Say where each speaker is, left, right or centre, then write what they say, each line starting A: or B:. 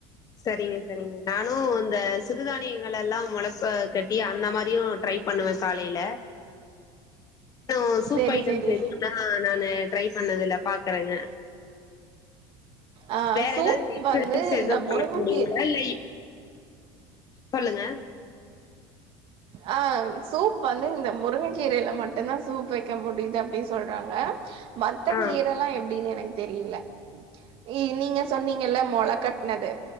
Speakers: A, on the left; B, on the right.
A: செரிங்க செரிங்க நானு இந்த சிறுதானியங்கள்லா மொளப்ப கட்டி அந்த மாரியு ட்ரை பண்ணுவே காலைல இன்னு சூப்
B: சேரி
A: ஐட்டம்ஸ்
B: சேரி
A: எதுல்லா நானு ட்ரை பண்ணதில்ல பாக்குறங்க
B: ஆ
A: வேற
B: சூப்
A: எதாவ்து எக்ஸசைஸ்
B: வந்து இந்த
A: எது
B: முருங்கக்கீர
A: பண்ண முடிங்ளா இல்ல சொல்லுங்க
B: ஆ சூப் வந்து இந்த முருங்க கீரைல மட்டுந்தா சூப் வெக்க முடிது அப்டி சொல்றாங்க மத்த
A: ஆ
B: கீரல்லா எப்டின் எனக் தெரில இ நீங்க சொன்னீங்கள்ல மொள கட்னது